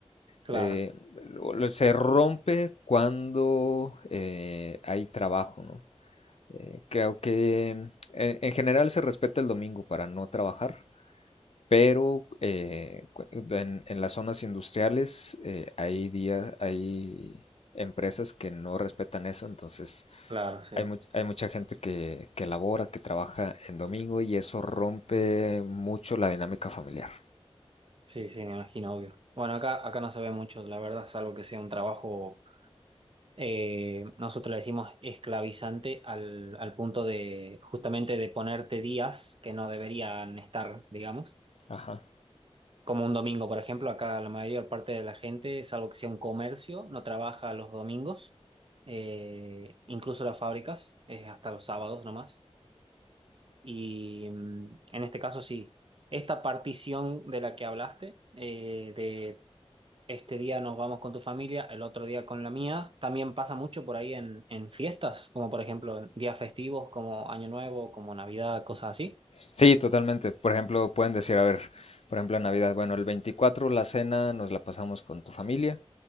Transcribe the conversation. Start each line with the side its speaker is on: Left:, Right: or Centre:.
Right: claro,
Left: Eh, lo- lo- se rompe cuando eh, hay trabajo, ¿no? Eh, creo que eh, en general se respeta el domingo para no trabajar, pero eh, cu- en, en las zonas industriales eh, hay días, hay empresas que no respetan eso, entonces
Right: claro, sí.
Left: hay, much- hay mucha gente que, que labora, que trabaja en domingo y eso rompe
Right: Mm.
Left: mucho la dinámica familiar.
Right: Sí, sí, me imagino, obvio. Bueno, acá, acá no se ve mucho, la verdad, salvo que sea un trabajo, eh, nosotros le decimos esclavizante al, al punto de justamente de ponerte días que no deberían estar, digamos
Left: Ajá.
Right: Como un domingo, por ejemplo, acá la mayor parte de la gente, salvo que sea un comercio, no trabaja los domingos, eh, incluso las fábricas, es hasta los sábados nomás. Y mm, en este caso sí, esta partición de la que hablaste, eh, de este día nos vamos con tu familia, el otro día con la mía, también pasa mucho por ahí en, en fiestas, como por ejemplo en días festivos, como Año Nuevo, como Navidad, cosas así.
Left: Sí, totalmente. Por ejemplo, pueden decir, a ver, por ejemplo, en Navidad, bueno, el 24 la cena nos la pasamos con tu familia.